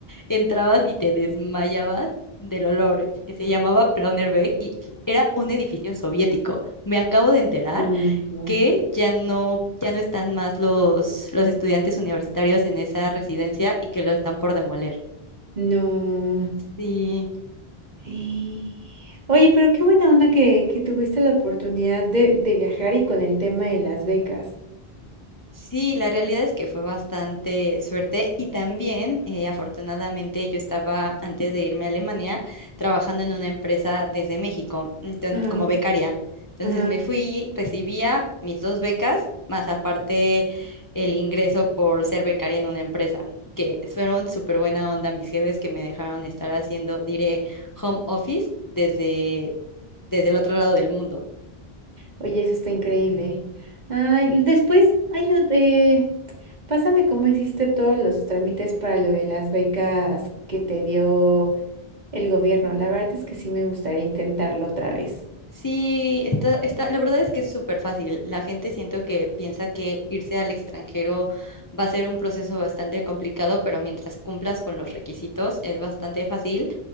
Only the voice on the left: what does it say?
entrabas y te desmayabas del olor, que se llamaba Plaunerberg y era un edificio soviético. Me acabo de enterar
que ya no, ya no están más los, los estudiantes universitarios en esa residencia y que lo están por demoler.
Sí,
sí, la realidad es que fue bastante suerte y también eh, afortunadamente yo estaba antes de irme a Alemania trabajando en una empresa desde México, enton-
como becaria. Entonces
me fui, recibía mis dos becas, más aparte el ingreso por ser becaria en una empresa, que fueron súper buena onda mis jefes que me dejaron estar haciendo, diré, home office desde, desde el otro lado del mundo.
Sí, está, está, la verdad es que es súper fácil. La gente siento que piensa que irse al extranjero va a ser un proceso bastante complicado, pero mientras cumplas con los requisitos es bastante fácil.